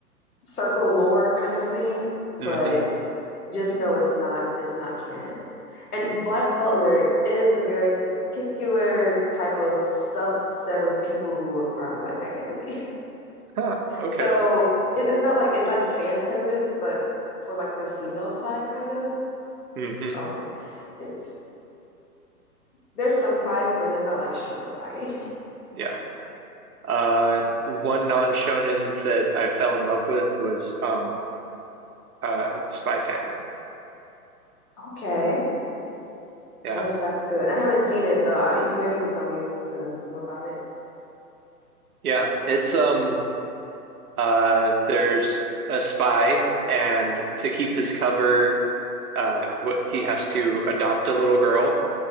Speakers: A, on the left; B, on the right.
A: circle lore kind of thing. But
B: hmm
A: just know it's not it's not canon. And Black Butler is a very particular type of subset of people who would probably like that anime.
B: Huh. Okay.
A: So it, it's not like it's like fan service, but for like the female side, kind of. <laughs>
B: hmm
A: So it's there's some fighting, but it's not like shonen fighting. <laughs>
B: Yeah. Uh, one non-shonen that I fell in love with was um uh Spy Family.
A: Okay,
B: Yeah.
A: that's that's good. I haven't seen it, so I, you can maybe you could tell me something some about it.
B: Yeah, it's um uh there's a spy and to keep his cover uh what he has to adopt a little girl